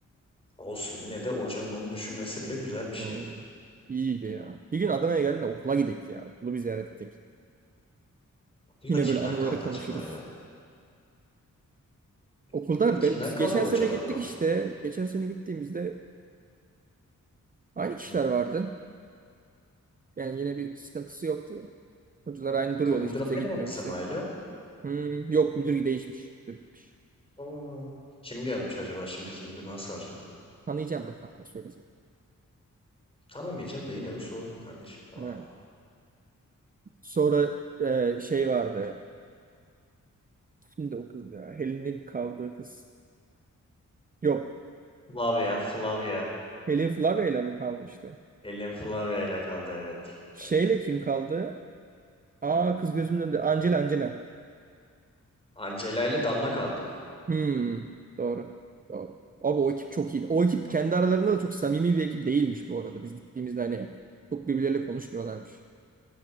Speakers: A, on the left; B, on the right.
A: Olsun yine de hocanın onu düşünmesi bile güzel bir şeydi.
B: Hmm. İyiydi ya. Bir gün Adana'ya geldiğinde okula gidelim ya. Okulu bir ziyaret edelim.
A: Okulda
B: Yine
A: kimler
B: böyle anıları
A: kaldı
B: konuşuruz.
A: acaba ya?
B: Okulda
A: Okulda kimler
B: be- biz
A: kaldı
B: geçen
A: hocalardan?
B: sene gittik işte. Geçen sene gittiğimizde aynı kişiler
A: Hı.
B: vardı. Yani yine bir sıkıntısı yoktu. Yani. Hocalar aynı
A: Okul
B: duruyordu.
A: müdürü
B: Hiç kimse
A: aynı
B: gitmemişti.
A: mı bizim aile?
B: Hmm, yok müdür değişmiş. Müdür gitmiş.
A: Aa, kim gelmiş acaba? Şimdiki müdür nasıl acaba?
B: Tanıyacağım bakalım. Söylesin.
A: Tanımayacağım da yine de sordum kardeşim. Aa.
B: Evet. Sonra e, şey vardı. Şimdi o kız ya. Helen'in kaldığı kız. Yok.
A: Flavia, Flavia.
B: Helen Flavia'yla mı kalmıştı?
A: Elim Flavia ile kaldı evet.
B: Şeyle
A: Evet.
B: kim kaldı? Aa kız gözümün önünde. Angela Angela.
A: Angela ile Damla kaldım.
B: Hmm, doğru. Doğru. Abi o ekip çok iyiydi. O ekip kendi aralarında da çok samimi bir ekip değilmiş bu arada. Biz gittiğimizde hani çok birbirleriyle konuşmuyorlarmış.